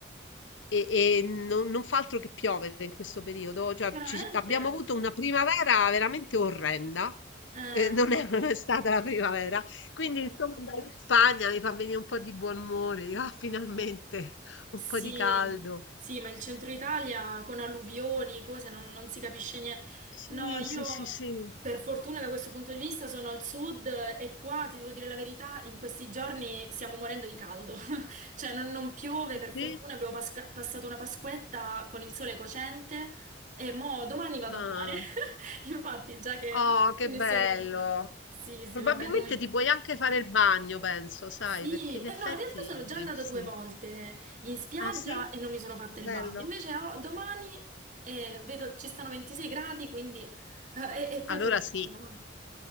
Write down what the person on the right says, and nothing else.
Veramente?
Eh.
Sì,
sì, ma il centro Italia con alluvioni, cose, non, non si capisce niente.
No, io
per fortuna da questo punto di vista sono al sud eh, e qua, ti devo dire la verità, in questi giorni stiamo morendo di caldo. <laughs> Cioè non, non piove, per fortuna
abbiamo pasca- passato una Pasquetta con il sole cocente e mo domani vado
a mare. <laughs> Infatti, già che
ne
stiamo parlando. Sì, sì,
vabbè, noi...
Sì,
eh,
no, in realtà sono già andata
due volte in spiaggia
e non mi sono fatta
il bagno. Invece ho- domani eh, vedo ci stanno 26 gradi, quindi eh, è, è proprio
un giorno.
Ma...